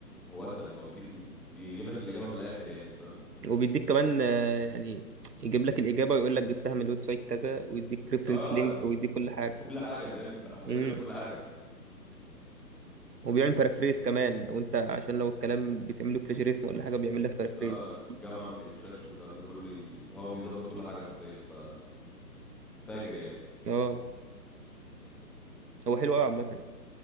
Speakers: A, in the centre; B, on the right.
A: هو اسهل هو بيديك بيجيب لك الاجابه من الاخر يعني انت فاهم
B: وبيديك كمان آه، يعني يجيب لك الإجابة ويقول لك جبتها من الويب سايت كذا ويديك ريفرنس
A: اه
B: لينك ويديك كل حاجة
A: كل حاجه بيعمل حرفيا
B: امم
A: بيعمل كل حاجه
B: وبيعمل بارافريز كمان لو انت عشان لو الكلام بتعمله بلاجيريزم ولا حاجة بيعمل لك بارافريز
A: اه جامعه ما تقفشكش والكلام ده كله ي- هو بيظبط كل حاجه حرفيا ف فاجر يعني
B: اه هو حلو قوي عامة